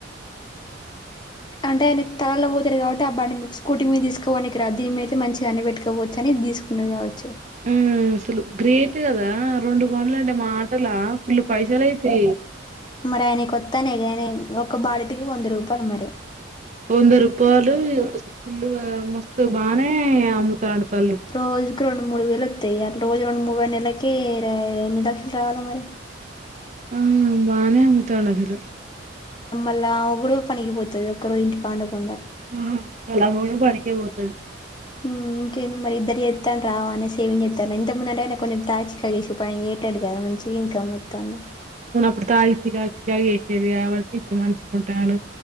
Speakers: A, on the left; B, on the right.
A: అంటే ఆయన తలల్లో పోతారు కాబట్టి ఆ బాడి మీ స్కూటీ మీద తీసుకోవడానికి రాదు దీని మీదతే మంచిగా అన్ని పెట్టుకోవచ్చు అది తీసుకునే కావచ్చు
B: మ్మ్ అసలు గ్రేట్ కదా రెండు పనులు అంటే మా మాటల ఫులు పైసలు అయితా
A: మరి ఆయనకు కొత్తాన్నాయిగానే ఒక బాటికి వంద రూపాయలు మరి
B: వంద రూపాలు ఫుల్ మస్తు బాగానే అమ్ముతాండు కళ్ళు
A: రోజుకి రెండు మూడు వేలు వత్తయ రోజు రండు మువై నెలకి ఎన్ని లక్షలు రావాలా మరి
B: ఆ బానే అమ్ముతాండు అక్కడ
A: అలా కూడా పనికి పోతది ఒక్కరోజ ఇంటికాడ ఉండకుండా
B: ఉహు వాళ్ళ అమ్మ కూడా పనికే పోతది
A: ఉ ఇంకేం మరి ఇద్దరు చేతన్నే రావా అనే సేవింగ్ చేస్తాను ఇంతకుముందు అంటే కొంచెం తాచి చేసి పని ఏటాడు కదా మంచి ఏం కమ్ము తనే
B: ప్పుడు తాగి సిగ కా చేేసేది కాబట్టి ఇప్పుడు మంచిగా ఉంటాడు